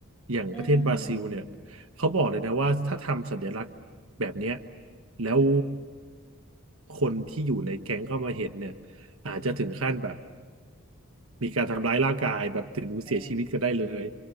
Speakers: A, on the right; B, in the centre.
A: อย่างประเทศบราซิลเนี่ย
B: อืม
A: เขาบอกเลยนะว่าถ้าทำสัญลักษณ์แบบเนี้ยแล้วคนที่อยู่ในแก๊งเข้ามาเห็นเนี่ยอาจจะถึงขั้นแบบมีการทำร้ายร่างกายแบบถึงเสียชีวิตก็ได้เลย
B: โอ้